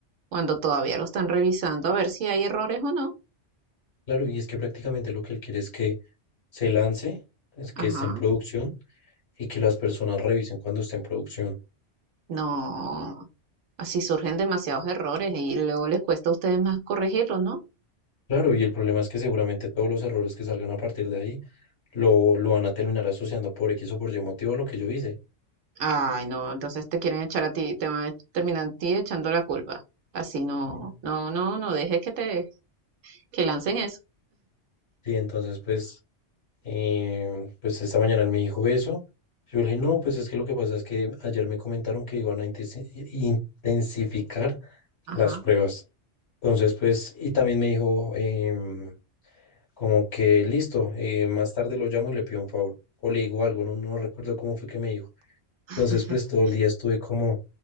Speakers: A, on the right; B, on the left.
A: cuando todavía lo están revisando a ver si hay errores o no.
B: Claro, y es que prácticamente lo que él quiere es que se lance, es que
A: Ajá,
B: esté en producción y que las personas revisen cuando esté en producción.
A: no, así surgen demasiados errores y luego les cuesta a ustedes más corregirlos, ¿no?
B: Claro, y el problema es que seguramente todos los errores que salgan a partir de ahí lo, lo van a terminar asociando por X o por Y motivo a lo que yo hice.
A: Ay, no, entonces te quieren echar a ti, te van a terminar a ti echando la culpa. Así no,
B: Mm.
A: no, no, no dejes que te, que lancen eso.
B: Sí, entonces pues Eh, pues esta mañana él me dijo eso. Yo le dije, no, pues es que lo que pasa es que ayer me comentaron que iban a intensi- intensificar
A: Ajá,
B: las pruebas. Entonces, pues, y también me dijo em, como que listo, eh, más tarde lo llamo y le pido un favor. O le digo algo, no, no recuerdo cómo fue que me dijo. Entonces,
A: <laughs>
B: pues todo el día estuve como,